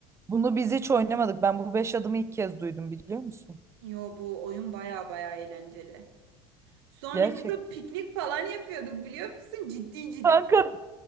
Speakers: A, on the right; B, on the right.
A: bunu biz hiç oynamadık. Ben bu beş adımı ilk kez duydum biliyor musun?
B: Yo bu oyun baya baya eğlenceli. Sonra
A: Gerçekten.
B: güzel piknik falan yapıyorduk biliyor musun? Ciddi ciddi.
A: kanka